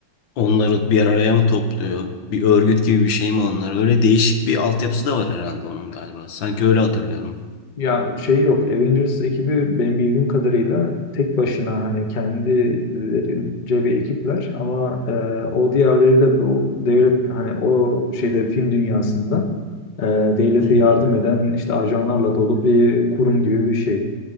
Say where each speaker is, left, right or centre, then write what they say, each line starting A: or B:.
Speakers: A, on the left (about 80°); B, on the left (about 30°).
A: Onları bir araya mı topluyor? Bir örgüt gibi bir şey mi onlar? Öyle değişik bir altyapısı da var herhalde onun galiba. Sanki öyle hatırlıyorum.
B: Ya şey yok. Avengers ekibi benim bildiğim kadarıyla tek başına hani kendilerince bir ekipler ama e, o diğerleriyle bu devlet hani o şeyde film dünyasında e, devlete
A: Hı hı.
B: yardım eden işte ajanlarla dolu bir kurum gibi bir şey.